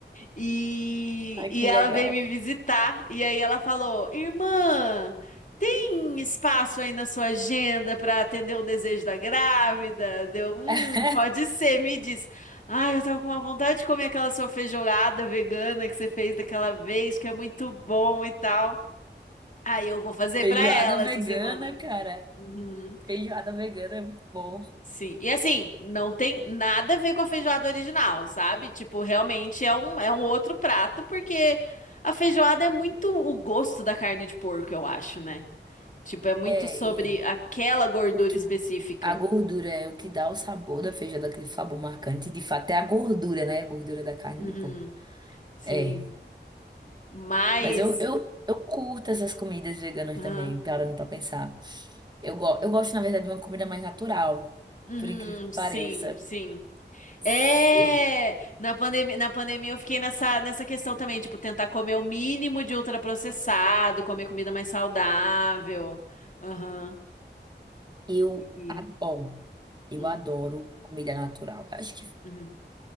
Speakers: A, on the left; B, on the right.
A: E,
B: Ah,
A: e
B: que
A: ela
B: legal.
A: veio me visitar e aí ela falou: Irmã, tem espaço aí na sua agenda para atender o desejo da grávida? Deu, hum,
B: <laughs>
A: pode ser, me diz. Ai, eu tava com uma vontade de comer aquela sua feijoada vegana que você fez daquela vez, que é muito bom e tal. Aí eu vou fazer
B: Feijoada
A: para ela
B: vegana,
A: essa semana.
B: cara.
A: Uhum.
B: Feijoada vegana é muito bom.
A: Sim. E assim, não tem nada a ver com a feijoada original, sabe? Tipo, realmente é um, é um outro prato, porque a feijoada é muito o gosto da carne de porco, eu acho, né? Tipo, é muito
B: É,
A: sobre aquela gordura
B: O que
A: específica.
B: a gordura é o que dá o sabor da feijoada, aquele sabor marcante. De fato, é a gordura, né? A gordura da carne
A: Uhum,
B: do porco.
A: sim.
B: É.
A: Mas.
B: Mas eu, eu, eu curto essas comidas veganas
A: Aham.
B: também, parando pra pensar. Eu, go eu gosto, na verdade, de uma comida mais natural,
A: Uhum,
B: por incrível que pareça.
A: sim, sim.
B: S-
A: É,
B: Eu,
A: na pandemia, na pandemia eu fiquei nessa, nessa questão também, tipo, tentar comer o mínimo de ultraprocessado, comer comida mais saudável. Aham.
B: eu,
A: E,
B: a- ó, eu
A: hum,
B: adoro comida natural. Acho que
A: uhum,